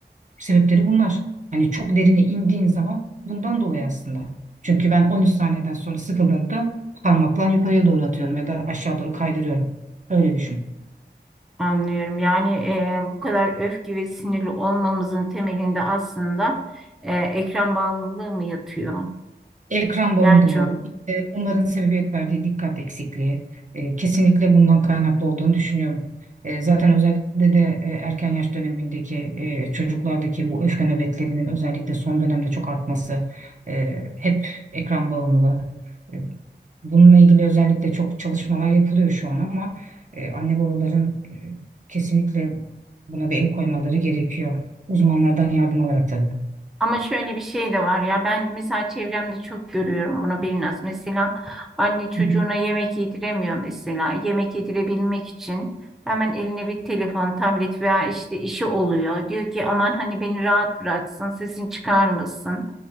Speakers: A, on the right; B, in the centre.
A: sebepleri bunlar. Hani çok derine indiğin zaman bundan dolayı aslında. Çünkü ben 13 saniyeden sonra sıkıldığımda parmakla yukarıya doğru atıyorum ya da aşağı doğru kaydırıyorum. Öyle düşün.
B: Anlıyorum. Yani eee, bu kadar öfke ve sinirli olmamızın temelinde aslında eee ekran bağımlılığı mı yatıyor?
A: Ekran bağımlılığı,
B: Yani
A: işte onların sebebiyet verdiği dikkat eksikliği e, kesinlikle bundan kaynaklı olduğunu düşünüyorum. E, zaten özellikle de e, erken yaş dönemindeki e, çocuklardaki bu öfke nöbetlerinin özellikle son dönemde çok artması e, hep ekran bağımlılığı. E, bununla ilgili özellikle çok çalışmalar yapılıyor şu an ama e, anne babaların e, kesinlikle buna bir el koymaları gerekiyor. Uzmanlardan yardım alarak tabii.
B: Ama şöyle bir şey de var ya ben mesela çevremde çok görüyorum bunu biraz. Mesela anne çocuğuna
A: Hı hı.
B: yemek yediremiyor mesela. Yemek yedirebilmek için hemen eline bir telefon, tablet veya işte işi oluyor. Diyor ki aman hani beni rahat bıraksın, sesini çıkarmasın.